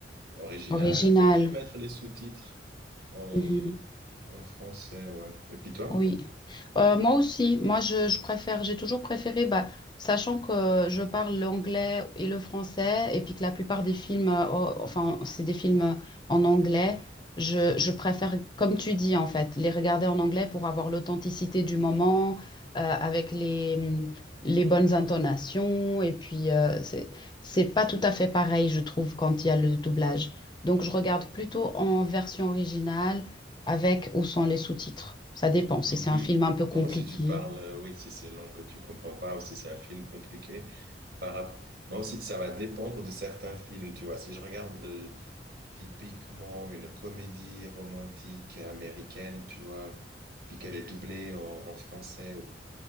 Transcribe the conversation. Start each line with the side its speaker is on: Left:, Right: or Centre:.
Right: originale
Left: Original.
Right: et puis mettre les sous-titres en,
Left: Mhm.
Right: en français, ouais. Et puis toi?
Left: Oui, Euh, moi aussi, moi je, je préfère, j'ai toujours préféré, bah, sachant que je parle l'anglais et le français, et puis que la plupart des films, euh, oh, enfin c'est des films euh, en anglais, je, je préfère, comme tu dis en fait, les regarder en anglais pour avoir l'authenticité du moment, euh, avec les, mm, les bonnes intonations, et puis euh, c'est, c'est pas tout à fait pareil, je trouve, quand il y a le doublage. Donc je regarde plutôt en version originale avec ou sans les sous-titres. Ça dépend, si
Right: Mhm.
Left: c'est un film un peu compliqué.
Right: Bon, si tu parles, euh, oui, si c'est une langue que tu comprends pas ou si c'est un film compliqué, par... rap- moi aussi, ça va dépendre de certains films, tu vois. Si je regarde typiquement une comédie romantique américaine, tu vois, puis qu'elle est doublée en, en français. ou-